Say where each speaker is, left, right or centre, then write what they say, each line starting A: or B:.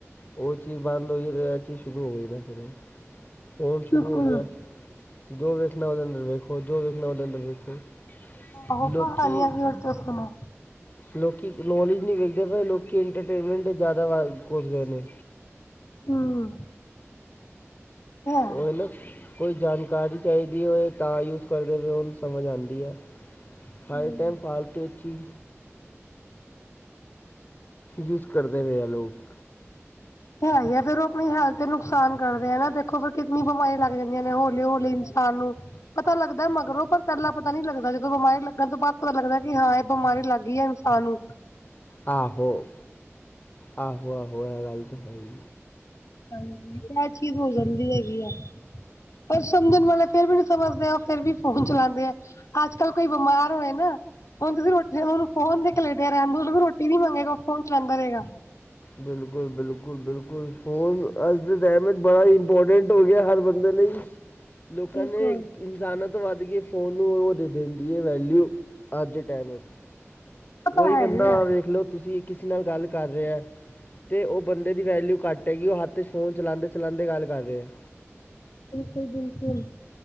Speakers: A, on the left; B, on the left.
A: ਉਹ ਚੀਜ਼ ਬੰਦ ਹੋਈ ਤੇ ਇਹ ਚੀਜ ਸ਼ੁਰੂ ਹੋ ਗਈ ਨਾ ਫਿਰ। ਫੋਨ ਸ਼ੁਰੂ
B: ਬਿਲਕੁਲ
A: ਹੋ ਗਿਆ। ਜੋ ਵੇਖਣਾ ਉਹਦੇ ਅੰਦਰ ਵੇਖੋ ਜੋ ਵੇਖਣਾ ਉਹਦੇ ਅੰਦਰ ਵੇਖੋ
B: ਆਹੋ
A: ਲੋਕੀ
B: ਕਹਾਣੀਆਂ ਸੀ ਹੋਰ ਤੋਂ ਸੁਣੋ।
A: ਲੋਕੀ ਨੌਲੇਜ ਨਹੀਂ ਵੇਖਦੇ ਪਏ ਲੋਕੀ ਇੰਟਰਟੇਨਮੈਂਟ ਜ਼ਿਆਦਾ ਵਾ ਘੁਸਦੇ ਨੇ।
B: ਹਮ। ਹੈ
A: ਉਹ ਨਾ ਕੋਈ ਜਾਣਕਾਰੀ ਚਾਹੀਦੀ ਹੋਵੇ ਤਾਂ ਯੂਜ ਕਰਦੇ ਹੋਏ ਉਹਨੂੰ ਸਮਝ ਆਦੀ ਐ।
B: ਹਮ
A: ਹਰ ਟਾਈਮ ਫਾਲਤੂ ਵਿਚ ਹੀ ਯੂਜ ਕਰਦੇ ਪਏ ਆ ਲੋਕ।
B: ਤੇ ਆਈ ਹੈ ਫੇਰ ਉਹ ਆਪਣੀ ਹੈਲਥ ਤੇ ਨੁਕਸਾਨ ਕਰਦੇ ਆ ਨਾ ਦੇਖੋ ਫਿਰ ਕਿੰਨੀ ਬਿਮਾਰੀਆਂ ਲੱਗ ਜਾਂਦੀਆਂ ਨੇ ਹੌਲੀ-ਹੌਲੀ ਇਨਸਾਨ ਨੂੰ। ਪਤਾ ਲੱਗਦਾ ਮਗਰੋਂ ਪਰ ਪਹਿਲਾਂ ਪਤਾ ਨੀ ਲੱਗਦਾ ਜਦੋਂ ਬਿਮਾਰੀ ਲੱਗਣ ਤੋਂ ਬਾਅਦ ਪਤਾ ਲੱਗਦਾ ਕਿ ਹਾਂ ਇਹ ਬਿਮਾਰੀ ਲੱਗ ਗਈ ਹੈ ਇਹ ਸਾਨੂੰ।
A: ਆਹੋ, ਆਹੋ-ਆਹੋ ਇਹ ਗੱਲ ਤਾਂ ਹੈ ਈ।
B: ਹਾਂਜੀ ਇਹ ਚੀਜ਼ ਹੋ ਜਾਂਦੀ ਹੈਗੀ ਆ। ਪਰ ਸਮਝਣ ਵਾਲੇ ਫੇਰ ਵੀ ਨੀ ਸਮਝਦੇ ਆ ਉਹ ਫੇਰ ਵੀ ਫੋਨ ਚਲਾਉਂਦੇ ਆ। ਅੱਜ-ਕੱਲ੍ਹ ਕੋਈ ਬਿਮਾਰ ਹੋਏ ਨਾਂ ਹੁਣ ਤੁਸੀਂ ਰੋਟੀ ਫੋਨ ਤੇ ਲੱਗਿਆ ਰਹਿਣ ਦੋ ਵੀ ਰੋਟੀ ਨੀ ਮੰਗੇਗਾ ਫੋਨ ਚਲਾਉਦਾ ਰਹੇਗਾ।
A: ਬਿਲਕੁਲ-ਬਿਲਕੁਲ-ਬਿਲਕੁਲ ਫੋਨ ਅੱਜ ਦੇ ਟਾਈਮ ਬੜਾ ਹੀ ਇੰਪੋਰਟੈਂਟ ਹੋ ਗਿਆ ਹਰ ਬੰਦੇ ਲਈ। ਲੋਕਾਂ
B: ਬਿਲਕੁਲ
A: ਨੇ ਇਨਸਾਨਾਂ ਤੋਂ ਵੱਧ ਕੇ ਫੋਨ ਨੂੰ ਉਹ ਦੇ ਦਿੰਦੀ ਹੈ ਵੈਲਿਊ, ਅੱਜ ਦੇ ਟਾਈਮ ਵਿੱਚ।
B: ਪਤਾ
A: ਕੋਈ ਬੰਦਾ
B: ਹੈ ਹੀ ਹੈ
A: ਵੇਖ ਲਓ ਤੁਸੀਂ ਕਿਸੇ ਨਾਲ ਗੱਲ ਕਰ ਰਿਹਾ ਹੈ, 'ਤੇ ਉਹ ਬੰਦੇ ਦੀ ਵੈਲਿਊ ਘੱਟ ਟੈ ਗੀ ਉਹ ਹੱਥ 'ਚ ਫੋਨ ਚਲਾਉਂਦੇ-ਚਲਾਉਂਦੇ ਗੱਲ ਕਰ ਰਿਹਾ ਹੈ।
B: ਬਿਲਕੁਲ-ਬਿਲਕੁਲ।